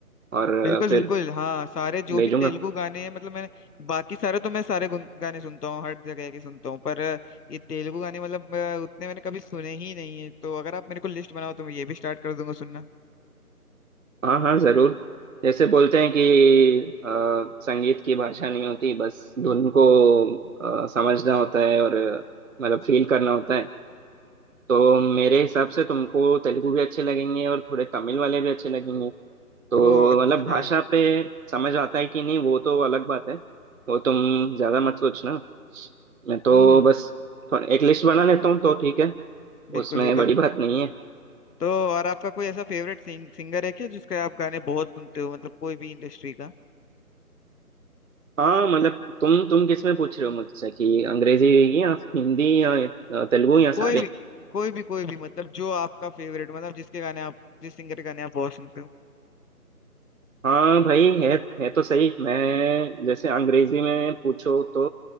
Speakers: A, on the right (about 60°); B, on the left (about 80°).
A: और अ,
B: बिल्कुल
A: फिर
B: बिल्कुल हाँ सारे जो
A: भेजूंगा
B: भी तेलुगु गाने हैं मतलब मैंने बाकी सारे तो मैं सारे गुन- गाने सुनता हूँ हर जगह के सुनता हूँ पर अ, ये तेलुगु गाने मतलब अ, उतने मैंने कभी सुने ही नहीं है तो अगर आप मेरे को लिस्ट बनाओ तो मैं ये भी स्टार्ट कर दूंगा सुनना
A: हाँ हाँ जरूर जैसे बोलते हैं कि अ, संगीत की भाषा नहीं होती बस धुन को अ, समझना होता है और अ, मतलब फील करना होता है तो मेरे हिसाब से तुमको तेलुगु भी अच्छे लगेंगे और थोड़े तमिल वाले भी अच्छे लगेंगे तो
B: ओ अच्छा
A: मतलब भाषा पे समझ आता है कि नहीं वो तो अलग बात है वो तुम ज्यादा मत सोचना मैं तो
B: हम्म हम्म,
A: बस थोड़ा एक लिस्ट बना लेता हूँ तो ठीक है
B: बिल्कुल
A: उसमें
B: बिल्कुल
A: बड़ी बात नहीं है
B: तो और आपका कोई ऐसा फेवरेट सिंग, सिंगर है क्या जिसके आप गाने बहुत सुनते हो मतलब कोई भी इंडस्ट्री का
A: हाँ मतलब तुम तुम किस में पूछ रहे हो मुझसे कि अंग्रेजी या हिंदी या तेलुगु या
B: कोई
A: सारे
B: भी कोई भी कोई भी मतलब जो आपका फेवरेट मतलब जिसके गाने आप जिस सिंगर के गाने आप बहुत सुनते हो
A: हाँ भाई है है तो सही मैं जैसे अंग्रेजी में पूछो तो